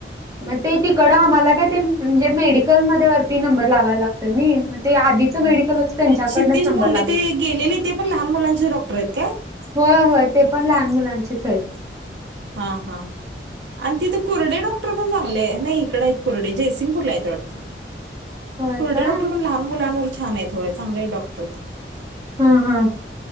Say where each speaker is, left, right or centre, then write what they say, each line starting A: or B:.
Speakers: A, on the right; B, on the right.
A: मग ते तिकडं आम्हाला काय ते म्हणजे मेडिकलमध्ये वरती नंबर लावायला लागतोय नी. ते आधीचं
B: हा
A: मेडिकल होतं त्यांच्याकडनंच
B: क्षितेज
A: नंबर
B: मुंडे
A: लागला
B: ते गेलेले ते पण लहान मुलांचे डॉक्टर आहेत काय?
A: हो होय ते पण लहान मुलांचेच आहेत.
B: हा हा. आणि तिथं कुर्डे डॉक्टर पण चांगले नाही इकडं आहेत कुर्डे जयसिंगपूरला आहेत वाटतं.
A: होय
B: कुर्डे
A: काय
B: डॉक्टर पण लहान मुलांवर छान आहेत होय चांगले डॉक्टर ते
A: हा हा